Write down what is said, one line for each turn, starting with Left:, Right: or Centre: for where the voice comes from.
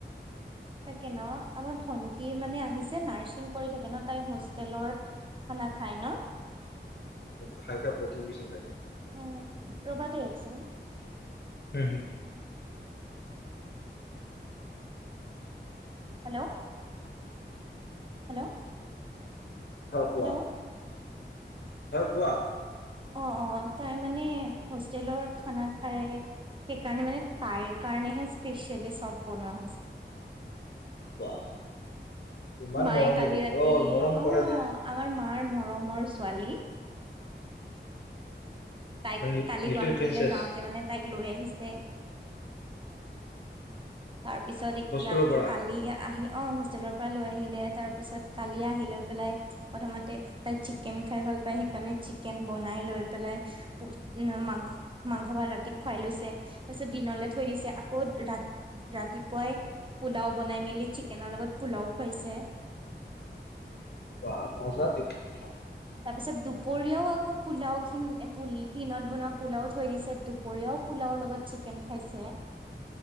Right: তাকে ন আমাৰ ভন্টি মানে আহিছে নাৰ্ছিং কৰি থাকে ন' তাই হোষ্টেলৰ খানা খাই ন'
Left: খাই খাই পকি গৈছে তাই
Right: উম, ৰবা দে এক চেকেণ্ড
Left: হুম-হুম।
Right: হেল্ল' হেল্ল'
Left: হ কোৱা
Right: হেল্ল'
Left: হয় কোৱা?
Right: অ' অ তাই মানে হোষ্টেলৰ খানা খাই সেইকাৰে মানে তাইৰ কাৰণেে স্পেচিয়েলব বনোৱা
Left: বা ইমান
Right: মায়ে
Left: মৰম
Right: কালি
Left: নেকি
Right: ৰাতি
Left: অ মৰম
Right: অ'
Left: কৰে যে
Right: আমাৰ মা। আমাৰ মৰমৰ ছোৱালী। তাইক
Left: লি
Right: কালি
Left: লিটিল
Right: গুৱাহাটীলৈ
Left: প্ৰিন্সেছ
Right: যাওঁতে মানে তাইক। লৈ আহিছে। তাৰপিছত এতিয়া
Left: হোষ্টেলৰ
Right: মানে
Left: পৰা
Right: কালি আহি। অ' হোষ্টেলৰ পৰা লৈ আহিলে তাৰ পিছত কালি আহি লৈ পেলাই প্ৰথমতে তাই চিকেন খাই ভাল পাই সেইকাৰণে চিকেন বন। বনাই লৈ পেলাই উ মাংস মাংস ভাল ৰাতি খুৱাই লৈছে তাৰপিছত দিনলে থৈ দিছে আকৌ ৰা ৰাতিপুৱাই পোলাও বনাই মেলি চিকেনৰ লগত পোলাও খুৱাইছে।
Left: ৱা মজা দেখোন
Right: তাৰ পিছত দুপৰীয়াও আকৌ পোলাও খিনি প দিনত বনোৱা পোলাও থৈ দিছে দুপৰীয়াও পোলাও লগত। চিকেন খাইছে।